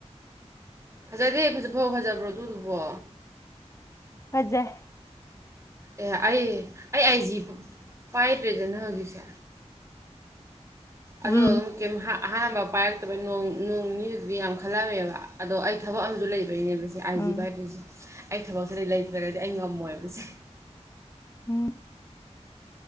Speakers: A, on the right (about 25°); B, on the left (about 25°).
A: ꯐꯖꯗꯦ ꯐꯖ ꯐ ꯐꯖꯕ꯭ꯔꯣ ꯑꯗꯨꯗꯨꯕꯣ
B: ꯐꯖꯩ
A: ꯑꯦ ꯑꯩ ꯑꯩ ꯑꯥꯏ ꯖꯤ ꯄꯥꯏꯗ꯭ꯔꯦꯗꯅ ꯍꯧꯖꯤꯛꯁꯦ
B: ꯎꯝ
A: ꯑꯗꯣ ꯑꯍꯥꯟꯕ ꯄꯥꯏꯔꯛꯇꯕꯩ ꯅꯣꯡ ꯅꯣꯡ ꯅꯤꯗꯨꯗꯤ ꯌꯥꯝ ꯈꯜꯂꯝꯃꯦꯕ ꯑꯗꯣ ꯑꯩ ꯊꯕꯛ ꯑꯃꯁꯨ ꯂꯩꯕꯩꯅꯦ ꯑꯥꯏ
B: ꯎꯝ
A: ꯕ ꯍꯥꯏꯗꯁꯨ ꯑꯩ ꯊꯕꯛꯁꯤꯗꯩ ꯂꯩꯇ꯭ꯔꯒꯗꯤ ꯑꯩ ꯉꯝꯃꯣꯏꯕꯁꯦ
B: ꯎꯝ